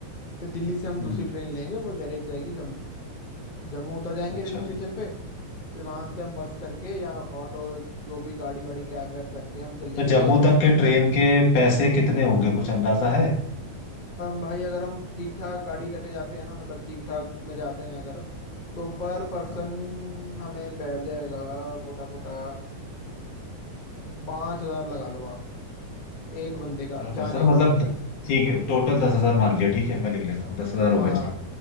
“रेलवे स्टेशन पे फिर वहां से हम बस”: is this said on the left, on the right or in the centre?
Left